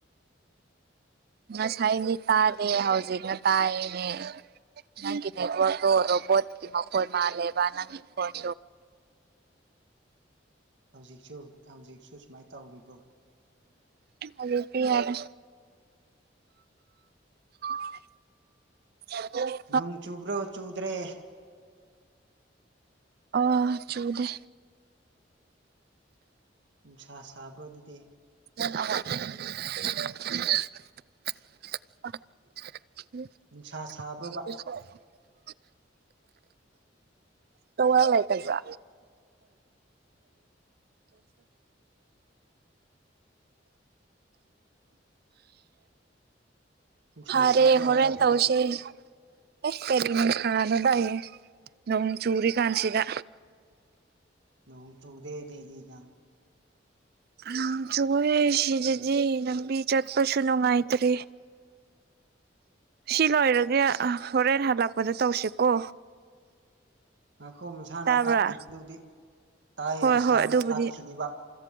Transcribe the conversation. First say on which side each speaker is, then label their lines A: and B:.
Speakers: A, on the right (about 55°); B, on the right (about 70°).
A: ꯉꯁꯥꯏꯗꯤ ꯇꯥꯗꯦ ꯍꯧꯖꯤꯛꯅ ꯇꯥꯏꯅꯦ ꯅꯪꯒꯤ ꯅꯠ ꯋꯥꯒ ꯔꯣꯕꯣꯠ ꯃꯈꯣꯜ ꯃꯥꯂꯦꯕ ꯅꯪ ꯏꯟꯀꯣꯟ
B: ꯍꯧꯖꯤꯛꯁꯨ ꯍꯧꯖꯤꯛꯁꯨ ꯁꯨꯃꯥꯏꯅ ꯇꯧꯔꯤꯕꯣ
A: ꯑꯗꯨ ꯐ ꯌꯥꯔ ꯎ <unintelligible>
B: ꯅꯣꯡ ꯆꯨꯕ꯭ꯔꯣ ꯆꯨꯗ꯭ꯔꯦ
A: ꯑ ꯆꯨꯗꯦ
B: ꯅꯨꯡꯁꯥ ꯁꯥꯕ꯭ꯔ ꯑꯗꯨꯗꯤ
A: <unintelligible> <inaudible> <inaudible>
B: ꯅꯨꯡꯁꯥ ꯁꯥꯕ꯭ꯔꯣꯕ <inaudible>
A: ꯇꯧꯉ ꯂꯏꯖ ꯇ
B: ꯅꯨꯡꯁꯥ
A: ꯐꯔꯦ
B: ꯁꯥꯕ꯭ꯔꯣ
A: ꯍꯣꯔꯦꯟ
B: ꯑꯗ ꯑꯗꯨꯗꯤ
A: ꯇꯧꯁꯦ ꯑꯦꯁ ꯀꯔꯤꯅꯅꯨꯡ ꯈꯥꯅꯣꯗꯥꯏꯌꯦꯡ ꯅꯣꯡ ꯆꯨꯔꯤ ꯀꯥꯟꯁꯤꯗ
B: ꯅꯣꯡ ꯆꯨꯗꯦꯗꯤꯗꯤ ꯅꯪ
A: ꯎ ꯆꯣꯏꯦ ꯁꯤꯗꯗꯤ
B: ꯍꯧꯖꯤꯛ
A: ꯂꯝꯕꯤ ꯆꯠꯄꯁꯨ ꯅꯨꯡꯉꯥꯏꯇ꯭ꯔꯦ ꯁꯤ ꯂꯣꯏꯔꯒꯦ ꯍꯣꯔꯦꯟ ꯍꯜꯂꯛꯄꯗ ꯇꯧꯁꯤꯀꯣ
B: ꯉꯈꯣꯡ ꯃꯁꯥꯅ
A: ꯇꯥꯕ꯭ꯔꯥ
B: ꯇꯥꯠꯈꯤꯅꯤꯗꯨꯗꯤ ꯇꯥꯏ
A: ꯍꯣꯏ
B: ꯃꯁꯥꯅ
A: ꯍꯣꯏ ꯑꯗꯨꯕꯨꯗꯤ
B: ꯇꯥꯠꯈꯤꯅꯤꯕ